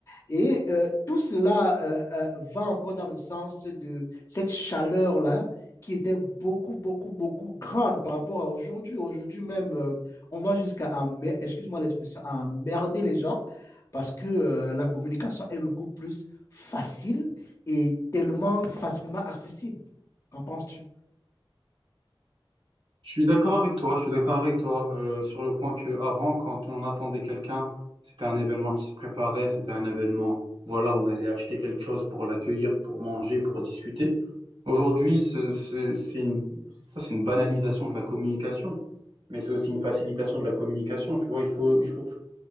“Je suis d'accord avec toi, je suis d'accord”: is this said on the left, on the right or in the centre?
Right